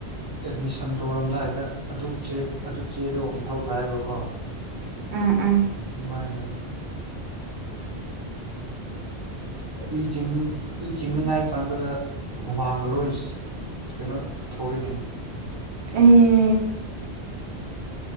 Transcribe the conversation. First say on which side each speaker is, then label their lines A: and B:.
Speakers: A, on the right; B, on the right.
A: ꯑꯦꯠꯃꯤꯁꯟ ꯇꯧꯔꯝꯗꯥꯏꯗ ꯑꯗꯨ ꯑꯗꯨ ꯆꯦꯗꯣ ꯃꯊꯧ ꯇꯥꯢꯕꯀꯣ
B: ꯎꯝ ꯎꯝ
A: ꯁꯨꯒꯨꯃꯥꯢꯅ ꯏ ꯆꯤꯡ ꯏ ꯆꯤꯡꯅꯤꯉꯥꯏ ꯆꯪꯕꯗ ꯍꯨꯃꯥꯡꯒ ꯂꯣꯏꯅ ꯀꯩꯅꯣ ꯊꯣꯛꯏꯅꯦ
B: ꯑꯩ